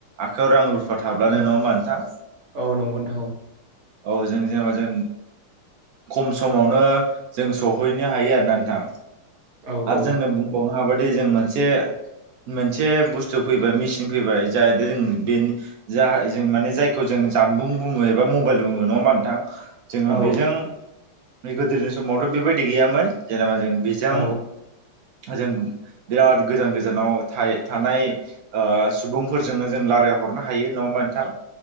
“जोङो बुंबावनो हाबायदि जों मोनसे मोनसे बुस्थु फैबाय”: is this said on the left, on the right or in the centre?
Right